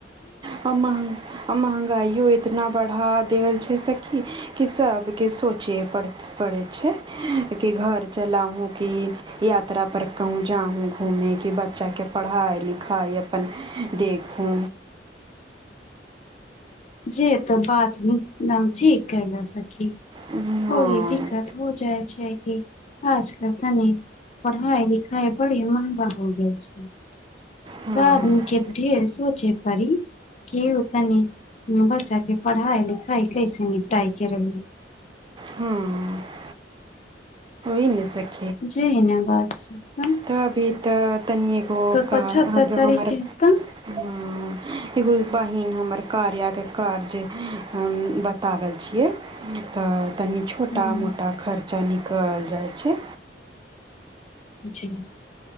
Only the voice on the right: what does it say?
<inaudible> आ महंगाइयो इतना बढ़ा देेवल छै सखी की सबके सोचे पड़त पड़ै छै कि घर चला हूँ की यात्रा पर कहूँ जाहूँ घूमे कि बच्चाके पढ़ाइ लिखाइ अपन देखू
हँ
हँ
हँ
<inaudible>
तऽ अभी तऽ तनि एगो का
हमर
हँ एगो बहिन हमर कार्या के कार्य हम बतावै छियै तऽ तनि छोटा
मोटा खर्चा निकल जाइ छै